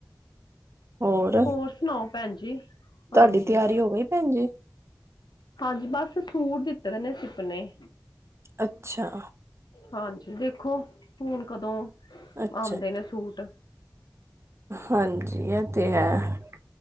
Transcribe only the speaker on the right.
ਹੋਰ।
ਤੁਹਾਡੀ
ਤਿਆਰੀ ਹੋ ਗਈ ਭੈਣ ਜੀ।
ਅੱਛਾ।
ਅੱਛਾ
ਹਾਂਜੀ ਇਹ ਤੇ ਹੈ।